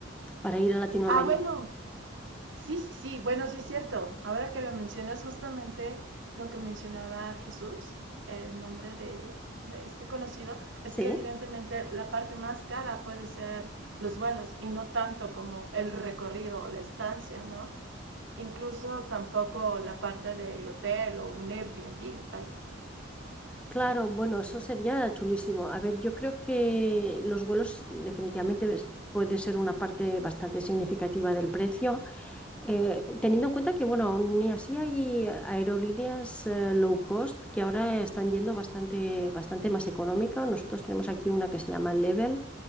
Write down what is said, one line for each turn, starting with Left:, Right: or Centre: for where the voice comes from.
Centre: para ir a Latinoamérica.
Right: Ah, bueno, Sí, sí, sí, bueno, sí es cierto. Ahora que lo mencionas, justamente lo que mencionaba Jesús, el nombre de, de este conocido, es que
Centre: Sí,
Right: evidentemente la parte más cara puede ser los vuelos y no tanto como el recorrido o la estancia, ¿no? Incluso tampoco la parte del hotel o un Airbnb, vaya.
Centre: claro, bueno, eso sería chulísimo. A ver, yo creo que los vuelos definitivamente es- puede ser una parte bastante significativa del precio. Eh, teniendo en cuenta que, bueno, aún y así hay aerolíneas eh, low cost que ahora están yendo bastante, bastante más económica. Nosotros tenemos aquí una que se llama Level.